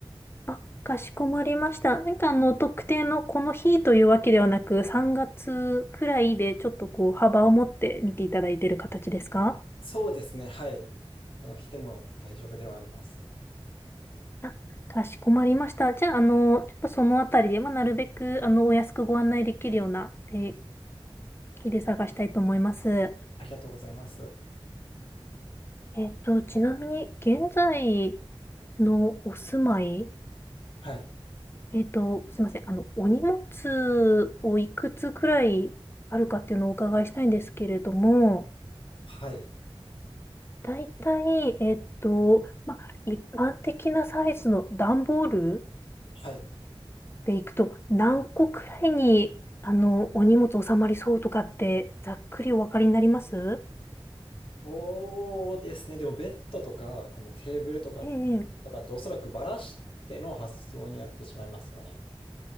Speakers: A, on the left; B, on the left.
A: あ、かしこまりました。なんかあの、特定のこの日というわけではなく、3月くらいでちょっとこう、幅を持って見ていただいている形ですか
B: そうですね、はい。その日でも大丈夫ではあります。
A: あ、かしこまりました。じゃあ、あの、ちょっとそのあたりで、まあ、なるべく、あの、お安くご案内できるような、えー日で探したいと思います。
B: ありがとうございます。
A: えっと、ちなみに、現在のお住まい、
B: はい、
A: えっと、すいません。あの、お荷物をいくつくらいあるかっていうのをお伺いしたいんですけれども、
B: はい、
A: 大体、えっと、まあ、一般的なサイズの段ボール
B: はい。
A: でいくと、何個くらいに、あの、お荷物収まりそうとかって、ざっくりお分かりになります
B: そうですね。でもベッドとか、このテーブルとか、
A: ええ。
B: とかっておそらくバラしての発想になってしまいますよね。